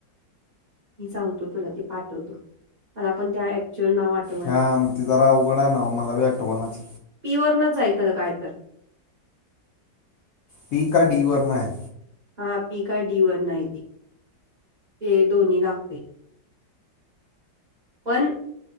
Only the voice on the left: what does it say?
ह्या मग ती जरा अवघड आहे ना मला बी आठवना ती.
पी का डी वरण आहे